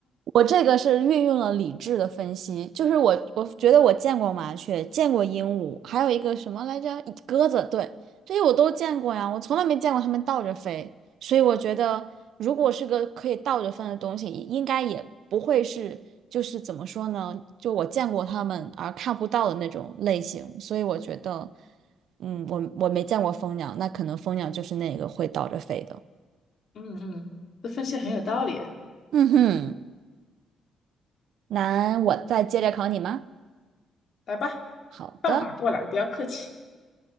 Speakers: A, on the right (about 75°); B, on the left (about 55°).
A: 我这个是运用了理智的分析，就是我我觉得我见过麻雀，见过鹦鹉，还有一个什么来着，鸽子，对，这些我都见过呀，我从来没见过它们倒着飞，所以我觉得如果是个可以倒着飞的东西，应该也不会是就是怎么说呢，就我见过它们而看不到的那种类型，所以我觉得，嗯，我我没见过蜂鸟，那可能蜂鸟就是那个会倒着飞的。
B: 嗯嗯，这分析很有道理啊。
A: 嗯哼，那我再接着考你吗？
B: 来吧，
A: 好的。
B: 放马过来，不要客气。